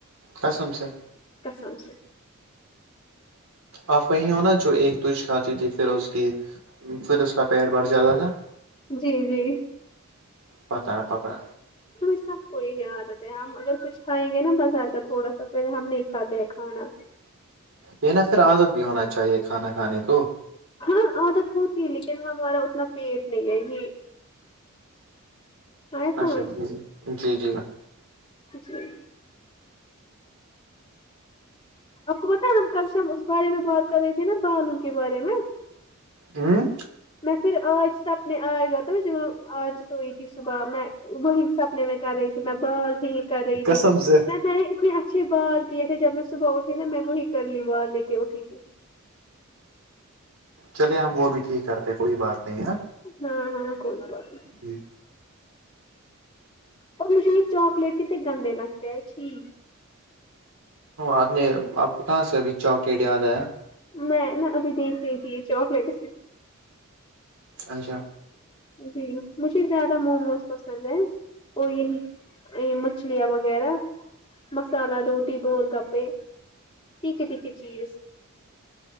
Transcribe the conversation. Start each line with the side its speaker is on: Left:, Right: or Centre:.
Right: قسم سے
Left: قسم سے
Right: آپ وہیں ہونا جو ایک دو شافعی تھی پھر وہ اس کی پھر اس کا پیٹ بھر جاتا تھا
Left: جی جی
Right: پتہ ہے پتہ
Left: ہم سب کوئی ہی عادت ہے ہم اگر کچھ کھائیں گے نا بس آتا تھوڑا سا پہل ہم نہیں کھاتے ہیں کھانا
Right: یے نہ پھر عادت بھی ہونا چاہیے کھانا کھانے کو
Left: ہاں عادت ہوتی ہے لیکن ہمارا اتنا پیٹ نہیں ہے آیا سمجھ
Right: اچھا ٹھیک ہے جی جی
Left: جی آپ کو پتہ ہے ہم کل ہم اس بارے میں بات کر رہے تھے نا بالوں کے بارے میں
Right: ہمم
Left: میں پھر آج سے اپنے آجاتے جہاں نا آج سوئی تھی صبح میں وہی سپنے میں کر رہی تھی میں بال ٹھیک کر رہی
Right: قسم
Left: تھی
Right: سے
Left: میں میں نے اتنے اچھے بال کیے تھے جب میں صبح اٹھی نا میں وہی کر لی بال لے کے اٹھی تھی
Right: چلے ہم وہ بھی ٹھیک کرتے کوئی بات نہیں ہے
Left: ہاں ہاں کوئی بات
Right: جی
Left: اور مجھے چواکلیٹ کتنے گندے لگتے ہیں چھی
Right: آپ نے آپ کو کہاں سے ابھی چوکلیٹ یاد آیا
Left: میں نا ابھی دیکھ رہی تھی چاکلیٹ
Right: اچھا
Left: جی مجھے زیادہ موموز پسند ہیں اور یہی یے مچھلیاں وغیرہ مسالہ روٹی گول گپے تیکھے تیکھے چیز